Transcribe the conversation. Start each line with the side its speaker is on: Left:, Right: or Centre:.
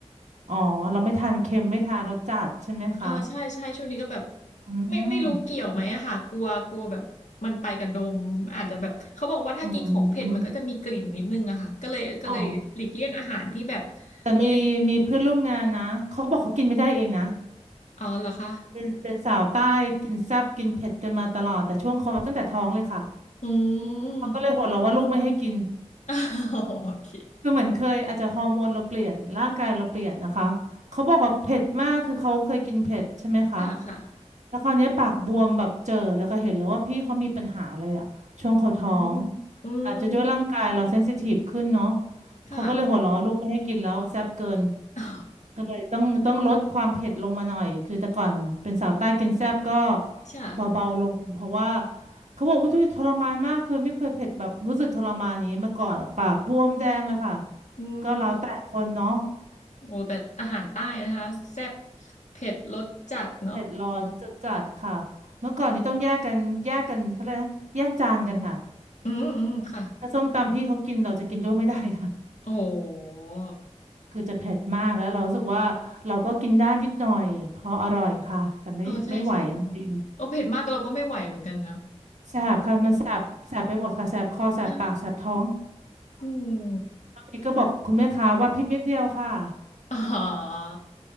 Right: อ๋อเราไม่ทานเค็มไม่ทานรสจัดใช่ไหมคะ
Left: อ่าใช่ใช่ช่วงนี้ก็แบบ
Right: อื
Left: ไม่ไม่รู้เกี่ยวไหมอะค่ะกลัวกลัวแบบมันไปกับนมอาจจะแบบเขาบอกว่าถ้ากินของเผ็ดมันก็จะมีกลิ่นนิดนึงอะค่ะก็เลยก็เลยหลีกเลี่ยงอาหารที่แบบ
Right: มอืมอ๋อแต่มีมีเพื่อนร่วมงานนะเขาบอกเขากินไม่ได้เองนะ
Left: เป็นอ๋อเหรอคะ
Right: เป็นเป็นสาวใต้กินแซ่บกินเผ็ดกันมาตลอดแต่ช่วงเขาตั้งแต่ท้องเลยค่ะ
Left: อืม
Right: เขาก็เลยหัวเราะว่าลูกไม่ให้กิน
Left: <laughs> โอเค
Right: คือเหมือนเคยอาจจะฮอร์โมนเราเปลี่ยนร่างกายเราเปลี่ยนนะคะเขาบอกว่าเผ็ดมากคือเขาเคยกินเผ็ดใช่ไหมคะ
Left: ค่ะค่ะ
Right: แล้วคราวเนี้ยปากบวมแบบเจอเลยค่ะเห็นเลยว่าพี่เขามีปัญหาอะไรอะช่วงเขาท้อง
Left: อืมอืม
Right: อาจจะด้วยร่างกายเราเซนซิทีฟขึ้นเนาะ
Left: ค่ะ
Right: เขาก็เลยหัวเราะว่าลูกไม่ให้กินแล้วแซ่บเกิน
Left: <laughs> อ๋อ
Right: ก็เลยต้องต้องลดความเผ็ดลงมาหน่อยคือแต่ก่อนเป็นสาวใต้กินแซ่บก็
Left: ใช่
Right: เบาๆลงเพราะว่าเขาบอกว่าทุยทรมานมากคือไม่เคยเผ็ดแบบรู้สึกทรมานยนี้มาก่อนอะปากบวมแดงเลยค่ะ
Left: อืม
Right: ก็แล้วแต่คนเนาะ
Left: โอ้แต่อาหารใต้นะคะแซ่บเผ็ดรสจัดเนาะ
Right: เผ็ดร้อนจัดจัดค่ะเมื่อก่อนนี่ต้องแยกกันแยกกันเขาเรียกนะแยกจานกันค่ะ
Left: อืมอืมค่ะ
Right: ถ้าส้มตำพี่เขากินเราจะกินด้วยไม่ได้ค่ะ
Left: โอ้โห
Right: คือจะเผ็ดมากแล้วเรารู้สึกว่าเราก็กินได้นิดหน่อยพออร่อยค่ะแต่ไม่ไม่ไหวจริง
Left: เออใช่ใช่โอ้เผ็ดมากเราก็ไม่ไหวเหมือนกันนะ
Right: แสบค่ะมันแสบแสบไปหมดค่ะแสบคอแสบปากแสบท้อง
Left: อืมใช่อืม
Right: ตอนนี้ก็บอกคุณแม่ค้าว่าพริกเม็ดเดียวค่ะ
Left: <laughs> อ๋อ